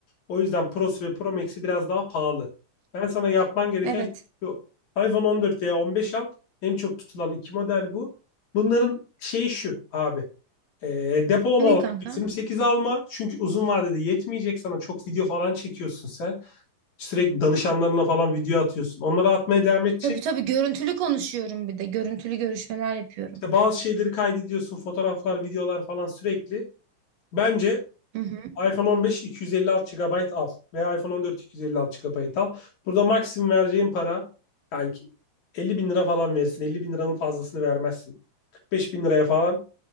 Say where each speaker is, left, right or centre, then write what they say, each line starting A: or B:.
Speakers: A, on the left; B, on the right.
A: O yüzden Pro'su ve Pro Max'i biraz daha pahalı. Ben sana yapman gereken
B: evet.
A: şey şu. iPhone 14 veya 15 al. En çok tutulan iki model bu. Bunların şeyi şu abi. E, depolama
B: Ne
A: olarak
B: kanka?
A: 128 alma. Çünkü uzun vadede yetmeyecek sana. Çok video falan çekiyorsun sen. Sürekli danışanlarına falan video atıyorsun. Onları atmaya devam edecek.
B: Tabii tabii görüntülü konuşuyorum bir de. Görüntülü görüşmeler yapıyorum.
A: İşte bazı şeyleri kaydediyorsun. Fotoğraflar, videolar falan sürekli. Bence
B: Hı hı.
A: iPhone on beş iki yüz elli 256 GB al veya iPhone on dört iki yüz elli 256 GB al. Burada maksimum vereceğin para kanki 50 bin lira falan verirsin. Elli bin liranın fazlasını vermezsin. 45 bin liraya falan